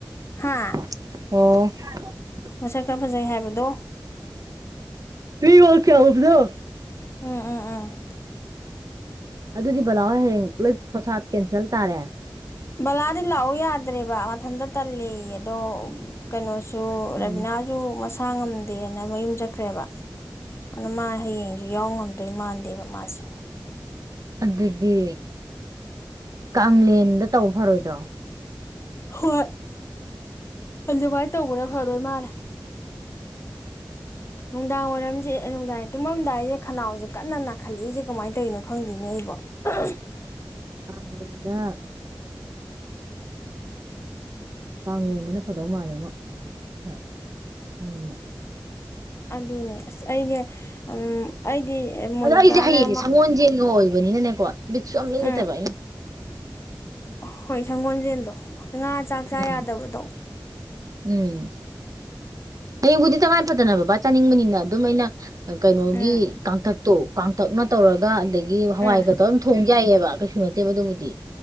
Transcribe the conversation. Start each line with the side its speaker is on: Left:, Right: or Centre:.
Left: ꯍꯥ
Right: ꯑꯣ ꯈꯣꯏ ꯁꯥꯔ ꯗꯣ
Left: ꯃꯁꯛ ꯈꯔ ꯐꯖꯩ ꯍꯥꯏꯕꯗꯣ
Right: ꯃꯤ ꯋꯥꯡ ꯆꯎꯕꯗꯣ
Left: ꯎꯝ ꯎꯝ ꯎꯝ
Right: ꯑꯗꯨꯗꯤ ꯕꯥꯂꯥ ꯍꯣꯏ ꯍꯌꯦꯡ ꯂꯣꯏ ꯐ꯭ꯔꯣꯁꯠ ꯀꯦꯟꯁꯦꯜ ꯇꯥꯔꯦ?
Left: ꯕꯂꯥꯗꯤ ꯂꯥꯛꯑꯣ ꯌꯥꯗ꯭ꯔꯦꯕ ꯃꯊꯟꯇ ꯇꯜꯂꯦꯌꯦ ꯑꯗꯣ ꯀꯩꯅꯣꯁꯨ
Right: ꯎꯝ
Left: ꯔꯕꯤꯅꯥꯁꯨ ꯃꯁꯥ ꯉꯝꯗꯦꯅ ꯃꯌꯨꯝ ꯆꯠꯈ꯭ꯔꯦꯕ ꯑꯗꯨꯅ ꯃꯥ ꯍꯌꯦꯡꯁꯨ ꯌꯥꯎ ꯉꯝꯗꯣꯏ ꯃꯥꯟꯗꯦꯕ ꯃꯥꯁꯦ
Right: ꯑꯗꯨꯗꯤ ꯀꯥꯡꯂꯦꯟꯗ ꯇꯧ ꯐꯔꯣꯏꯗ꯭ꯔꯣ
Left: ꯍꯣꯏ ꯑꯗꯨꯃꯥꯏꯅ ꯇꯧꯕꯅ ꯐꯗꯣꯏ ꯃꯥꯜꯂꯦ ꯅꯨꯡꯗꯥꯡ ꯋꯥꯏꯔꯝꯁꯦ ꯅꯨꯡꯗꯥꯡꯌꯦ ꯇꯨꯝꯃꯝꯗꯥꯏꯁꯦ ꯈꯅꯥꯎꯁꯦ ꯀꯟꯅ ꯅꯥꯈꯠꯂꯛꯏꯁꯦ ꯀꯃꯥꯏꯅ ꯇꯧꯔꯤꯅꯣ ꯈꯪꯗꯤꯅꯦ ꯑꯩꯕꯣ <unintelligible>
Right: ꯀꯥꯡꯂꯦꯟꯗ ꯀꯥꯡꯂꯦꯟꯗꯅ ꯐꯗꯧ ꯃꯥꯜꯂꯦꯉꯣ ꯍꯣꯏ <unintelligible>
Left: ꯑꯗꯨꯅꯦ ꯑꯁ ꯑꯩꯁꯦ ꯎꯝ ꯑꯩꯗꯤ ꯃꯣꯅꯤꯀꯥꯅ
Right: ꯑꯗꯣ ꯑꯩꯁꯦ ꯍꯌꯦꯡꯁꯦ
Left: ꯃꯥ
Right: ꯁꯪꯒꯣꯜꯁꯦꯜꯒ ꯑꯣꯏꯕꯅꯤꯅꯅꯦꯀꯣ ꯕꯤꯠꯁꯨ <unintelligible>
Left: ꯎꯝ
Right: ꯂꯩꯠꯇꯕ ꯑꯩꯅ
Left: ꯍꯣꯏ ꯁꯪꯒꯣꯜꯁꯦꯟꯗꯣ ꯉꯥ ꯆꯥꯛ ꯆꯥ
Right: ꯎꯝ
Left: ꯌꯥꯗꯕꯗꯣ
Right: ꯎꯝ ꯍꯌꯦꯡꯕꯨꯗꯤ ꯇꯉꯥꯏ ꯐꯗꯅ ꯕꯕꯥ ꯆꯥꯅꯤꯡꯕꯅꯤꯅ ꯑꯗꯨꯝ ꯑꯩꯅ ꯀꯩꯅꯣꯒꯤ
Left: ꯎꯝ
Right: ꯀꯥꯡꯇꯛꯇꯣ ꯀꯥꯡꯇꯛꯅ ꯇꯧꯔꯒ ꯑꯗꯒꯤ ꯍꯋꯥꯏꯒ
Left: ꯎꯝ
Right: ꯇꯧꯔꯒ ꯑꯗꯨꯝ ꯊꯣꯡ ꯌꯥꯏꯌꯦꯕ ꯀꯩꯁꯨ ꯅꯠꯇꯦꯕ ꯑꯗꯨꯕꯨꯗꯤ